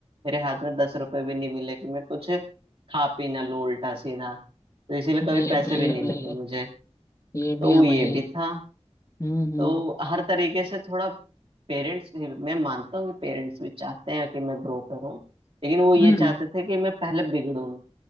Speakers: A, on the right; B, on the left.
A: मेरे हाथ में दस रुपए भी नहीं मिले कि मैं कुछ खा पी ना लूं उल्टा सीधा तो इसीलिए कभी
B: ये
A: पैसे
B: भी
A: भी
B: है
A: नहीं
B: भाई
A: मिले मुझे
B: ये भी
A: तो
B: है
A: वो ये
B: भाई
A: भी था
B: हम्म
A: तो हर तरीके से थोड़ा पेरेंट्स भी मैं मानता हूँ कि पेरेंट्स भी चाहते हैं कि मैं ग्रो करूँ लेकिन वो ये
B: हम्म हम्म,
A: चाहते थे कि मैं पहले बिगड़ूं